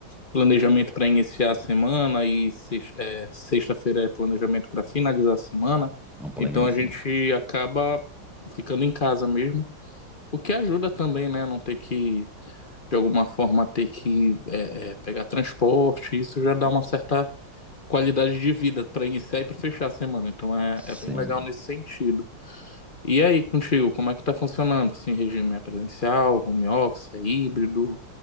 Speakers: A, on the left; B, in the centre.
A: planejamento para iniciar a semana e sex- é, sexta-feira é planejamento para finalizar a semana.
B: Um plane,
A: Então
B: assim.
A: a gente acaba ficando em casa mesmo, o que ajuda também, né? Não ter que, de alguma forma, ter que é, é, pegar transporte. Isso já dá
B: Bom,
A: uma certa qualidade de vida para iniciar e para fechar a semana. Então é,
B: sim.
A: é bem legal nesse sentido. E aí, contigo, como é que tá funcionando? Assim, regime é presencial, home office, é híbrido?